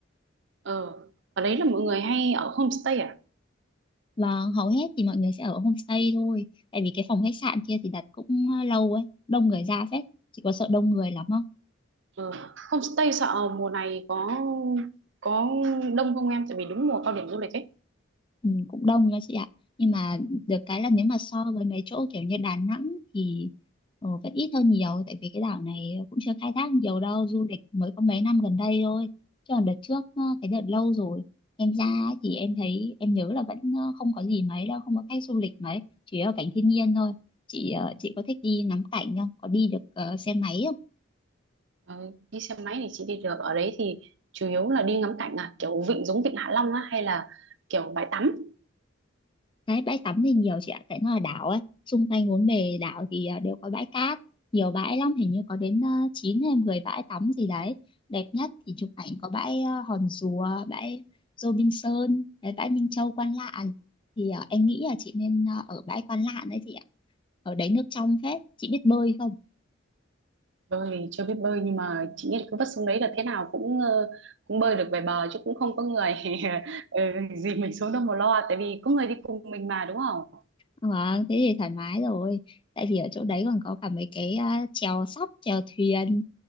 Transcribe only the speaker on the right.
ừ. ở đấy là mọi người hay ở homestay à
ừ. homestay sợ mùa này có có đông không em tại vì đúng mùa cao điểm du lịch ấy
ừ. đi xe máy thì chị đi được ở đấy thì chủ yếu là đi ngắm cảnh à kiểu vịnh giống vịnh Hạ Long á hay là kiểu bãi tắm
bơi thì chưa biết bơi nhưng mà chị nghĩ là cứ vất xuống đấy là thế nào cũng ờ, cũng bơi được về bờ chứ cũng không có người <laughs> ừ, gì mình xuống đâu mà lo tại vì có người đi cùng mình mà đúng không